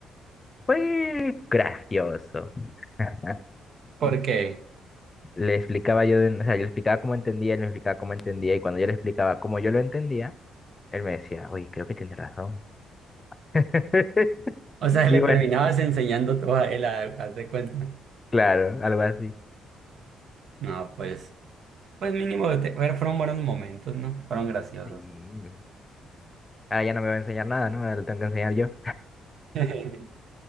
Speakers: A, on the left; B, on the right.
A: fue gracioso. <laughs>
B: Porque,
A: Le explicaba yo, de un- o sea, yo le explicaba cómo entendía, él me explicaba cómo entendía, y cuando yo le explicaba cómo yo lo entendía, él me decía, oye, creo que tienes razón. <laughs>
B: o sea,
A: Y
B: le terminabas
A: bueno,
B: enseñando todo a él, a- haz de cuenta.
A: claro, algo así.
B: No, pues, pues mínimo, te- bueno, fueron buenos momentos, ¿no? Fueron graciosos.
A: Sí. Ahora ya no me va a enseñar nada, ¿no? Ahora lo tengo que enseñar yo.
B: <laughs>